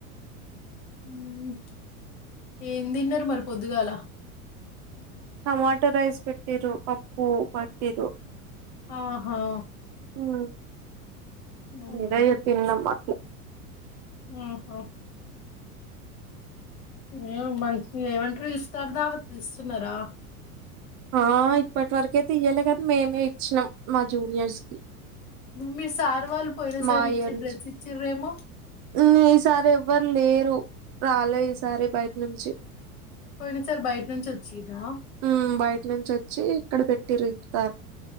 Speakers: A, on the left; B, on the right.
A: మ్మ్ ఏం తిన్నరు మరి పొద్దుగాల
B: టమాటో రైస్ పెట్టిరు పప్పు పెట్టిరు
A: ఆహా
B: మ్మ్
A: అవునా
B: అదే తిన్నం పన్నం
A: మ్మ్ హ్ ఏమో మరి ఏమంటరు ఇస్తార్ దావత్ ఇస్తున్నారా
B: ఆ ఇప్పటి వరకైతే ఇయ్యాలే గానీ మేమే ఇచ్చినం మా జూనియర్స్ కి
A: మీ సార్ వాళ్ళు పోయిన సారి
B: మా
A: ఇచ్చి
B: ఇయర్ నుంచి
A: డ్రెస్ ఇచ్చిరేమో
B: మ్ ఈసారి ఎవ్వరు లేరు రాలే ఈసారి బయటి నుంచి
A: పోయినసారి బయట నుంచి వచ్చిరా
B: మ్మ్ బయట నుంచి వచ్చి ఇక్కడ పె ట్టారు ఇఫ్తార్